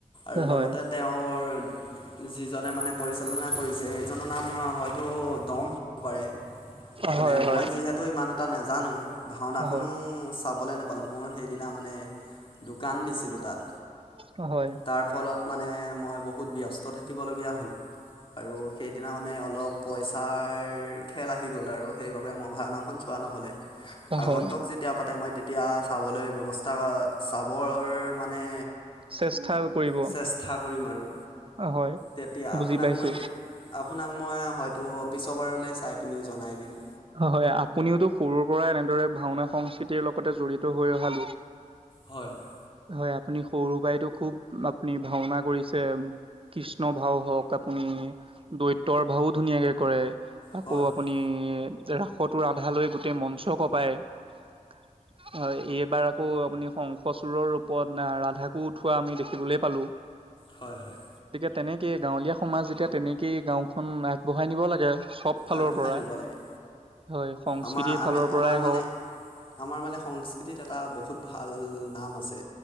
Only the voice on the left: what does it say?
আৰু লগতে
তেওঁৰ যিজনে মানে পৰিচালনা কৰিছে সেইজনৰ নাম হয়তো দম হ'ব পাৰে। মানে
মই যিহেতু ইমান এটা নাজানো ভাওনাখনো
চাবলৈ ন পালোঁ মোৰ সেইদিনা মানে দোকান দিছিলোঁ তাত
তাৰ ফলত মানে মই বহুত ব্যস্ত থাকিবলগীয়া হ'ল। আৰু সেইদিনা মানে অলপ পইচাৰ খেল আহি গ'ল আৰু সেইবাবে মই ভাওনাখন চোৱা ন'হলে
আগন্তক যেতিয়া পাতে মই তেতিয়া চাবলৈ ব্যৱস্থা বা চাবৰ মানে
চেষ্টা কৰি ম আৰু,
তেতিয়া
আপোনাক
মই আপোনাক মই হয়তো পিছৰবাৰলৈ চাই পিনি জনাই দিম।
হয় হয়
হয়
হয়
হয়, হয়।
আগবঢ়াই
নিব লাগে।
আমাৰ আমি
আমাৰ মানে
আমাৰ মানে সংস্কৃতিত এটা বহুত ভাল নাম আছে